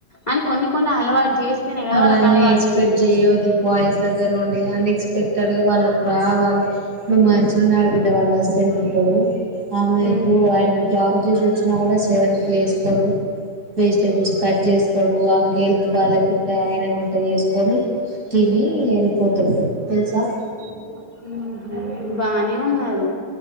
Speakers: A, on the left; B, on the right.
A: అని కొన్ని కొన్ని అలవాటు చేస్తేనే కదా
B: అవన్నీ
A: వాళ్ళకి అలవాటైది
B: ఎక్స్పెక్ట్ చెయ్యొద్దు బాయ్స్ దగ్గర నుండి అన్ఎక్స్పెక్టెడ్ గా వాళ్ళకు రావాలే మా చిన్నా ఆడబిడ్డ వాళ్ళ హస్బెండ్ ఉంటడూ ఆమేకు
A: ఉమ్
B: ఆయన జాబ్ చేసి వచ్చినా కూడా సెవెన్ కి లేస్తడు వెజిటేబుల్స్ కట్ చేస్తడు ఆమెకు హెల్త్ బాలేకుంటే ఆయనే వంట చేసుకొని తినీ ఎళ్ళిపోతడు తెల్సా
A: ఉమ్ బానే ఉన్నరు